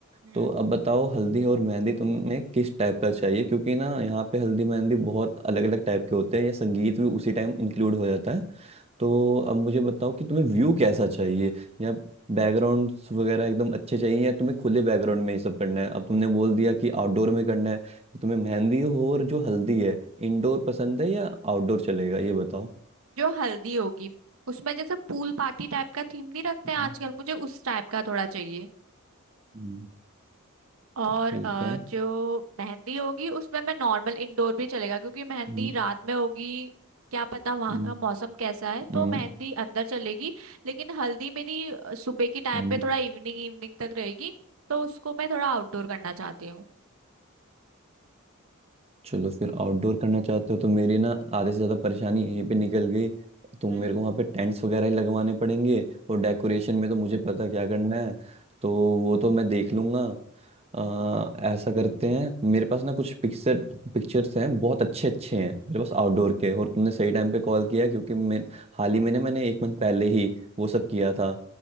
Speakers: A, on the right; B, on the right.
A: हम्म
B: तो अब बताओ हल्दी और मेहंदी तुम्हें किस टाइप का चाहिए क्योंकि ना यहाँ पे हल्दी मेहंदी बहुत अलग अलग टाइप के होते हैं या संगीत भी उसी टाइम इंक्लूड हो जाता है तो अब मुझे बताओ कि तुम्हें व्यू कैसा चाहिए या बैकग्राउंड वगैरह एकदम अच्छे चाहिए या तुम्हें खुले बैकग्राउंड में ये सब करना है अब तुमने बोल दिया कि आउटडोर में करना है तो तुम्हें मेहंदी हो और जो हल्दी है इंडोर पसंद है या आउटडोर चलेगा ये बताओ
A: जो हल्दी होगी उसमें जैसे पूल पार्टी टाइप का थीम नहीं रखते
B: हम्म,
A: हैं आजकल मुझे उस टाइप का थोड़ा चाहिए
B: हम्म,
A: और
B: ठीक
A: अ,
B: है
A: जो मेहंदी होगी उसमें मैं नॉर्मल इंडोर भी चलेगा क्योंकि मेहंदी
B: हम्म,
A: रात में होगी क्या पता वहां
B: हम्म,
A: का मौसम कैसा है तो
B: हम्म,
A: मेहंदी अंदर चलेगी लेकिन हल्दी मेरी अ, सुबह के टाइम
B: हम्म,
A: पे थोड़ा इवनिंग इवनिंग तक रहेगी तो उसको मैं थोड़ा आउटडोर करना चाहती हूँ
B: चलो फिर आउटडोर करना चाहते हो तो मेरी ना आधे से ज़्यादा परेशानी यहीं पे निकल गई तो
A: हम्म
B: मेरे को वहाँ पे टेंट्स वगैरह ही लगवाने पड़ेंगे और
A: हम्म
B: डेकोरेशन में तो मुझे पता क्या करना है तो वो तो मैं देख लूँगा आ,
A: हम्म।
B: ऐसा करते हैं मेरे पास ना कुछ पिक्चर पिक्चर्स हैं बहुत अच्छे अच्छे हैं मेरे पास आउटडोर के और तुमने सही टाइम पे कॉल किया क्योंकि मैं हाल ही में ना मैंने एक मंथ पहले ही वो सब किया था